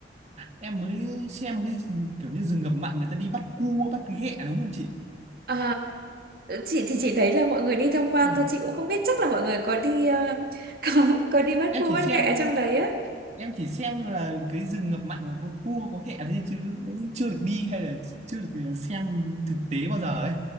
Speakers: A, on the right (about 40°); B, on the right (about 55°).
A: Em mới xem cái kiểu như rừng ngập mặn người ta đi bắt cua, bắt ghẹ đúng không chị?
B: À, chị thì chỉ thấy là mọi người đi tham quan
A: Ừ.
B: thôi chị cũng không biết chắc là mọi người có đi ờ, <laughs> có có đi bắt
A: Em
B: cua
A: chỉ
B: bắt
A: xem
B: ghẹ ở trong đấy á
A: em chỉ xem là cái rừng ngập mặn là có cua có ghẹ thôi chứ cũng chưa được đi hay là chưa được ờ, xem thực tế bao giờ ấy